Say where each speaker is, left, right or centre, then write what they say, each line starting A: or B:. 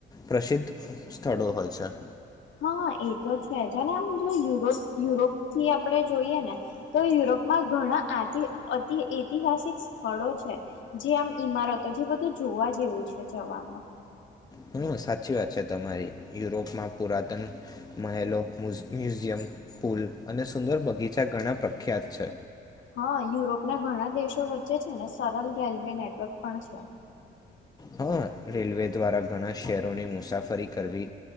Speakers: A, on the left; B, on the left.
A: પ્રસિદ્ધ સ્થળો હોય છે.
B: હા એ તો છે જ અને આમ જો યુરોપ યુરોપ થી આપણે જોઈએ ને તો યુરોપમાં ઘણા આતી અતિ ઐતિહાસિક સ્થળો છે જે આમ ઈમારતો જે બધું જોવા જેવું છે જવામાં.
A: હ સાચી વાત છે તમારી યુરોપમાં પુરાતન મહેલો મ્યુજિ મ્યુઝિયમ પુલ અને સુંદર બગીચા ઘણા પ્રખ્યાત છે
B: હા યુરોપ ના ઘણા દેશો વચ્ચે છે ને સરળ રેલવે નેટવર્ક પણ છે.
A: હા રેલવે દ્વારા ઘણા શહેરોની મુસાફરી કરવી